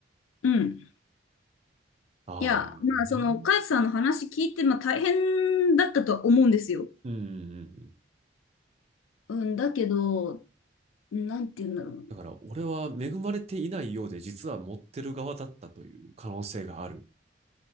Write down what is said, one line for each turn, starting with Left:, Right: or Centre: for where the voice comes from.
Left: うん。
Right: ああ、
Left: いや、まあそのカイツさんの話聞いて、
Right: ね。
Left: まあ大変だったとは思うんですよ。
Right: うんうんうん
Left: うん、だけど、なんていうんだろうな。っ
Right: だから俺は恵まれていないようで実は持ってる側だったという可能性がある。